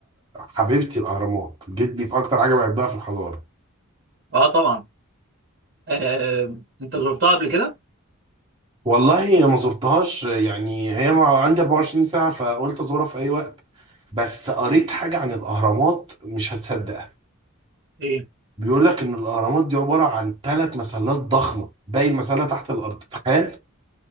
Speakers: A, on the right; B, on the right.
A: حبيبتي الاهرامات جيت لي في اكتر حاجه بحبها في الحضاره
B: اه طبعا آه انت زرتها قبل كده
A: والله ما زرتهاش يعني هي مع- عندي 24 ساعه فقلت ازورها في اي وقت بس قريت حاجه عن الاهرامات مش هتصدقها
B: ايه
A: بيقول لك ان الاهرامات دي عباره عن ثلاث مسلات ضخمه باقي المسله تحت الارض تخيل